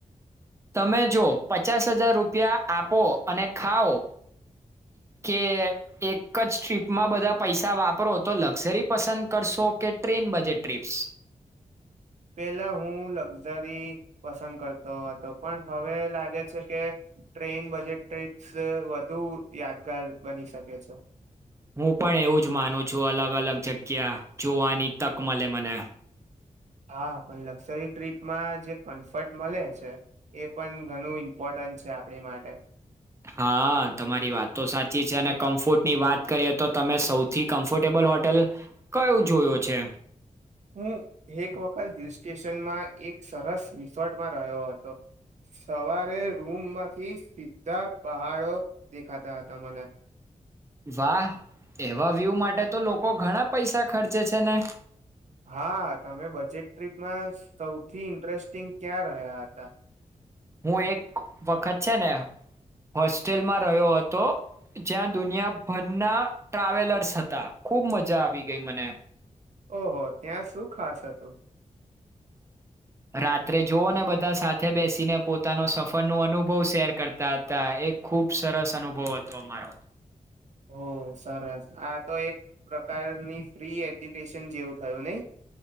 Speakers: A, on the right; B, on the right.
A: તમે જો પચાસ હજાર રૂપિયા આપો અને ખાઓ કે એક જ ટ્રીપમાં બધા પૈસા વાપરો તો લક્ઝરી પસંદ કરશો કે ટ્રેન બજેટ ટ્રીપ્સ.
B: પેલા હું લક્ઝરી પસંદ કરતો હતો પણ હવે લાગે છે કે, ટ્રેન બજેટ ટ્ર્રીપ્સ વધુ યાદગાર બની શકે છે.
A: હું પણ એવું જ માનું છું અલગ અલગ જગ્યા જોવાની તક મળે મને.
B: હા પણ લક્ઝરી ટ્રીપમાં જે કમ્ફર્ટ મળે છે એ પણ ઘણું ઇમ્પોર્ટન્ટ છે આપણી માટે.
A: હા તમારી વાત તો સાચી છે અને કમ્ફોર્ટ ની વાત કરીએ તો તમે સૌથી કમ્ફર્ટેબલ હોટેલ, કયું જોયયો છે?
B: હું એક વખત હિલ સ્ટેશનમાં એક સરસ રિસોર્ટમાં રહ્યો હતો, સવારે રૂમમાંથી સીધા પહાડો દેખાતા હતા મને.
A: વાહ એવા વ્યૂ માટે તો લોકો ઘણા પૈસા ખર્ચે છે ને.
B: હા તમે બજેટ ટ્રીપમાં સૌથી ઇન્ટરેસ્ટિંગ ક્યાં રહ્યા હતા.
A: હું એક. વખત છે ને હોસ્ટેલમાં રહ્યો હતો જ્યાં દુનિયાભરના ટ્રાવેલર્સ હતા ખુબ મજા આવી ગઈ મને.
B: ઓહો ત્યાં શું ખાસ થતો.
A: રાત્રે જોઓ ને બધા સાથે બેસીને પોતાનો સફરનો અનુભવ શેર કરતા હતા એ ખૂબ સરસ અનુભવ હતો અમારો.
B: હો સરસ આ તો એક પ્રકારની ફ્રી એડ્યુકેશન જેવું થયું નહી.